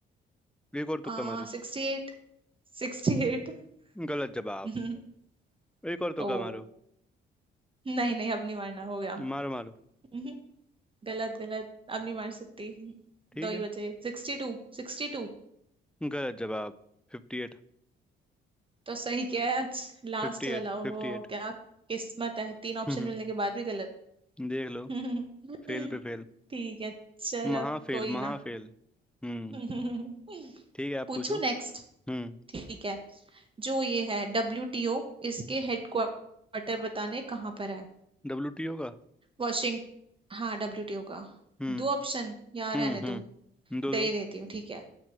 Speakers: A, in the centre; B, on the right.
A: एक और तुक्का
B: आ
A: मारो
B: सिक्सटी एट सिक्सटी एट
A: गलत जवाब
B: <laughs>
A: एक और
B: ओ
A: तुक्का मारो
B: नहीं नहीं अब नहीं मारना हो गया
A: मारो मारो
B: हम्म, गलत गलत अब नहीं मार सकती
A: ठीक
B: दो
A: है
B: ही बचे सिक्सटी टू सिक्सटी टू
A: गलत जवाब 58
B: तो सही क्या है आज लास्ट
A: 58
B: वाला ओहो
A: 58
B: क्या किस्मत है तीन ऑप्शन
A: हम्म
B: मिलने के बाद भी गलत
A: देख लो
B: <laughs>
A: फेल पे फेल
B: ठीक है चलो
A: महाफेल
B: कोई
A: महाफेल
B: ना
A: हम्म
B: <laughs>
A: ठीक है आप
B: पूछू
A: पूछो
B: नेक्स्ट
A: हम्म
B: ठीक है जो ये है डब्ल्यू टी ओ इसके हेडक्वार्टर बताने कहाँ पर है
A: डब्ल्यू टी ओ का
B: वाशिंग हाँ डब्ल्यू टी ओ का
A: हम्म
B: दो ऑप्शन या
A: हम्म
B: रहने
A: हम्म
B: दूं
A: दो
B: दे
A: दो
B: ही देती हूँ ठीक है